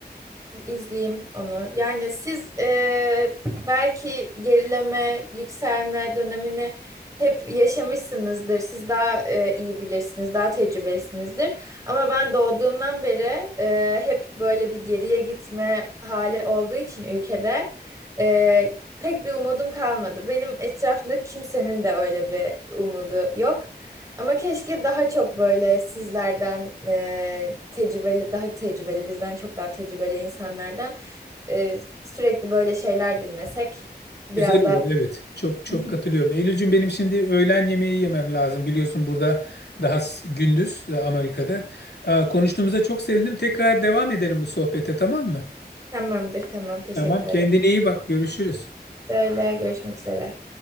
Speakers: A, on the right; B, on the left.
A: Bir izleyeyim onu. Yani siz e, belki gerileme, yükselme dönemini hep yaşamışsınızdır. Siz daha e, iyi bilirsiniz, daha tecrübelisinizdir. Ama ben doğduğumdan beri e, hep böyle bir geriye gitme hali olduğu için ülkede e, pek bir umudum kalmadı. Benim etrafımda kimsenin de öyle bir umudu yok. Ama keşke daha çok böyle sizlerden e, tecrübeli, daha tecrübeli, bizden çok daha tecrübeli insanlardan e, sürekli böyle şeyler dinlesek biraz
B: Güzel olur
A: daha...
B: evet. Çok çok
A: <laughs>
B: katılıyorum. Eylülcüm benim şimdi öğlen yemeği yemem lazım. Biliyorsun burada daha s- gündüz e, Amerika'da. Ee, Konuştuğumuza çok sevindim. Tekrar devam edelim bu sohbete tamam mı?
A: Tamamdır, tamam. Teşekkür
B: Tamam. Kendine
A: ederim.
B: iyi bak. Görüşürüz.
A: Öyle, görüşmek üzere.